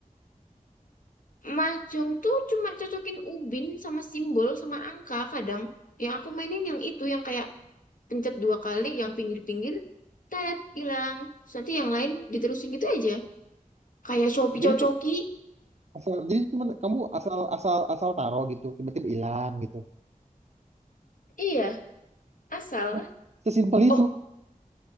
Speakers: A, on the left; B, on the right.
A: Mahjong tuh cuma cocokin ubin sama simbol sama angka kadang. Yang aku mainin yang itu yang kayak pencet dua kali yang pinggir-pinggir tet hilang. Terus nanti yang lain diterusin gitu aja. Kayak Shopee
B: Jadi
A: cocoki.
B: tuh asal jadi cuma kamu asal asal asal taruh gitu, tiba-tiba hilang gitu.
A: Iya, asal.
B: Hah? Sesimpel itu.
A: Oh,